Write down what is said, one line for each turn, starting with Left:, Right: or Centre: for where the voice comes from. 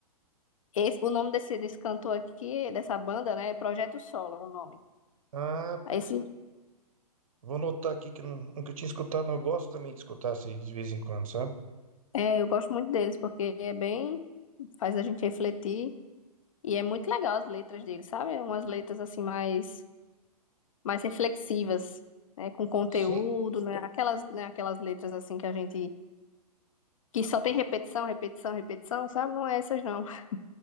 Left: esse, o nome desse, desse cantor aqui, dessa banda, né, é Projeto Solo, o nome.
Right: Ah,
Left: Aí Esse,
Right: Vou anotar aqui que eu nu- nunca tinha escutado. Eu gosto também de escutar assim, de vez em quando, sabe?
Left: é, eu gosto muito deles, porque é bem, faz a gente refletir, e é muito legal as letras deles, sabe? É Umas letras, assim, mais, mais reflexivas, né, com conteúdo,
Right: Sim.
Left: né, aquelas, né, aquelas letras, assim, que a gente, que só tem repetição, repetição, repetição, sabe? Não é essas, não. <laughs>